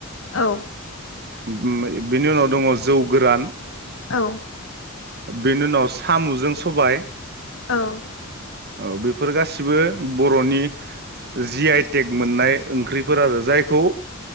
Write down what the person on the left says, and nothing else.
औ।
औ।
औ।